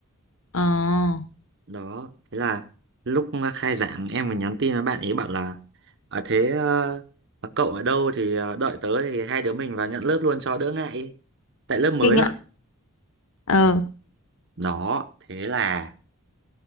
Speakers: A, on the left; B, on the right.
A: ờ
B: đó thế là lúc khai giảng em mới nhắn tin với bạn ấy bảo là à, thế ờ, mà cậu ở đâu thì ờ, đợi tớ thì hai đứa mình vào nhận lớp luôn cho đỡ ngại ý. tại lớp mới
A: kinh
B: mà
A: ạ ờ
B: đó thế là